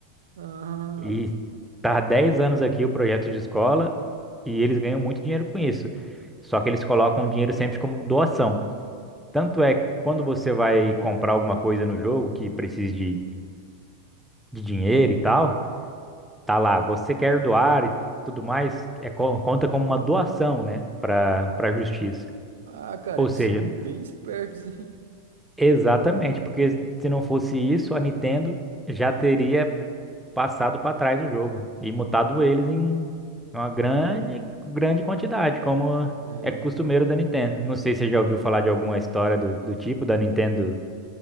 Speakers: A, on the right (about 60°); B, in the centre.
A: Ah,
B: E tá há 10 anos aqui o projeto de escola e eles ganham muito dinheiro com isso. Só que eles colocam o dinheiro sempre como doação. Tanto é que quando você vai comprar alguma coisa no jogo que precise de, de dinheiro e tal, tá lá, você quer doar e tudo mais, é, co- conta como uma doação, né, para para a justiça.
A: ah, cara,
B: Ou
A: eles
B: seja,
A: são bem espertos, hein? <laughs>
B: exatamente, porque se não fosse isso, a Nintendo já teria passado para trás o jogo e mutado eles em uma grande, grande quantidade, como
A: É.
B: é costumeiro da Nintendo. Não sei se você já ouviu falar de alguma história do, do tipo da Nintendo